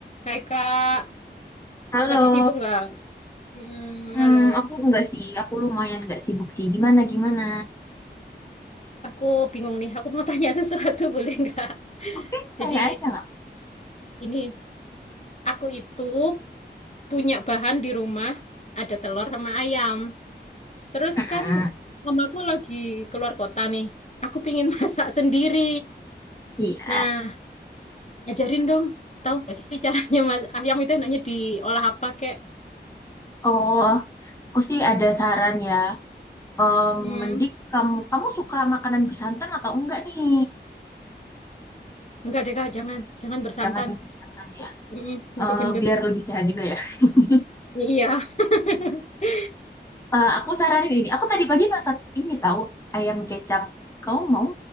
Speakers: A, on the left; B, on the left.
A: Hai Kak,
B: Halo,
A: lagi sibuk nggak? Hmm,
B: hmm,
A: halo.
B: aku enggak sih, aku lumayan enggak sibuk sih. Gimana, gimana?
A: Aku bingung nih, aku mau tanya sesuatu <laughs> boleh nggak?
B: Oke,
A: Jadi
B: saya aja nggak?
A: ini, aku itu punya bahan di rumah, ada telur sama ayam. Terus
B: Mm-mm.
A: kan mamaku lagi keluar kota nih, aku pingin <laughs> masak sendiri.
B: Iya.
A: Nah, ajarin dong, tahu nggak sih caranya mas ayam itu enaknya diolah apa kek?
B: Oh, aku sih ada saran ya. Em,
A: Hmm,
B: mending kamu, kamu suka makanan bersantan atau enggak nih?
A: nggak deh Kak, jangan, jangan bersantan.
B: Jangan yang bersantan ya.
A: Mm-mm, nanti
B: Eh,
A: gendut.
B: biar lebih sehat juga ya. <laughs>
A: Iya. <laughs>
B: Eh, aku saranin ini. Aku tadi pagi masak ini tahu ayam kecap. Kau mau?